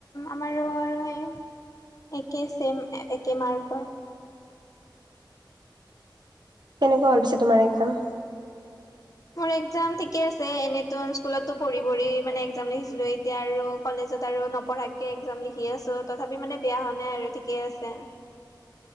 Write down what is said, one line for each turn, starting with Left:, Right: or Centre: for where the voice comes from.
Left: আমাৰো আৰু সেই একে চেম একে মাৰ্কৰ
Right: কেনেকুৱা হল পিছে তোমাৰ একজাম
Left: মোৰ একজাম ঠিকে আছে এনেতো স্কুলতো পঢ়ি পঢ়ি মানে একজাম লিখিছিলো এতিয়া আৰু কলেজ তাৰ পাছত আৰু নপঢ়াকে একজাম লিখি আছো তথাপি মানে বেয়া হোৱা নাই আৰু ঠিকেই আছে।